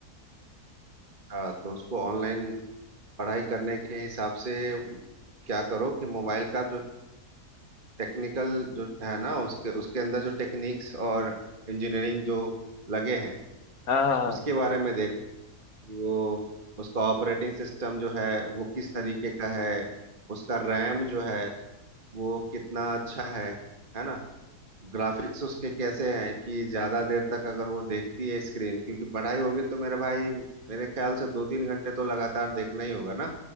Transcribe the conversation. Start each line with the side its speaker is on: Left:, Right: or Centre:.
Right: हाँ तो उसको ऑनलाइन पढ़ाई करने के हिसाब से क्या करो कि मोबाइल का जो टेक्निकल जो है ना उसके उसके अंदर जो टेक्निक्स और इंजीनियरिंग जो लगे हैं
Left: हाँ हाँ हाँ,
Right: उसके बारे में देखो कि वो उसका ऑपरेटिंग सिस्टम जो है वो किस तरीके का है उसका रैम जो है वो कितना अच्छा है है ना ग्राफिक्स उसके कैसे हैं कि ज्यादा देर तक अगर वो देखती है स्क्रीन क्योंकि पढ़ाई होगी तो मेरे भाई मेरे ख्याल से दो तीन घंटे तो लगातार देखना ही होगा ना